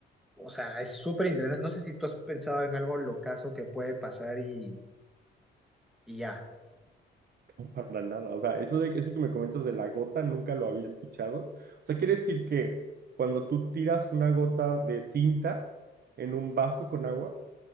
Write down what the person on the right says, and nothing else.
No, para nada. O sea, eso de, eso que me comentas de la gota nunca lo había escuchado. O sea, quiere decir que cuando tú tiras una gota de tinta en un vaso con agua,